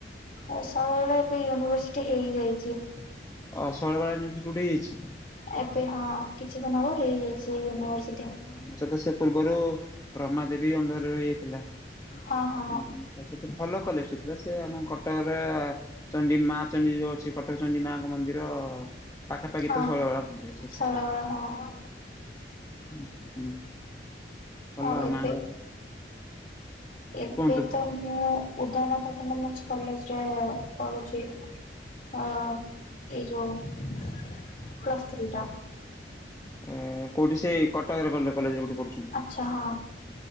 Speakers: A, on the left (about 50°); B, on the left (about 20°).
A: ଓ ସବୁବେଳେ ଏବେ ୟୁନିଭର୍ସିଟି ହେଇଯାଇଚି।
B: ଅ ସଳବାଳା <unintelligible> ହେଇଯାଇଚି।
A: ଏବେ ହଁ କିଛି ଦିନ ହବ ହେଇଯାଇଛି ୟୁନିଭର୍ସି
B: ହଁ ସତ ସେ ପୂର୍ବରୁ ରମା ଦେବୀ ଅଣ୍ଡରେ ରହିଯାଇଥିଲା
A: ହଁ ହଁ
B: ହୁଁ। ସେତ ଭଲ କଲେଜ ଟେ ଥିଲା ସେ ଆମ କଟକରେ ଚଣ୍ଡୀ ମା ଚଣ୍ଡୀ ଯୋଉ ଅ କଟକ ଚଣ୍ଡି ମାଙ୍କ ମନ୍ଦିର ପାଖାପାଖି
A: ହଁ।
B: ତ ଶୈଳବାଳା ମନ୍ଦିର ସେ
A: ଶୈଳବାଳା
B: ଛକ।
A: ହଁ।
B: ହୁଁ। ଭଲ
A: ଆଉ ଏବେ
B: ମାଆଙ୍କ
A: ଏବେ
B: କୁହନ୍ତୁ
A: ତ ମୁଁ ଉଦାନ ଥାଟୋନୋମିସ୍କ କଲେଜରେ ପଢୁଚି। ଅ ଏଇ ଯୋଉ ପ୍ଲସ୍ ଥ୍ରୀ ଟା।
B: ଉଁ କୋଉଠି ସେ କଟକରେ କଲେ କଲେଜରେ ଯଉଠି ପଢୁୁଚ।
A: ଆଛା ହଁ।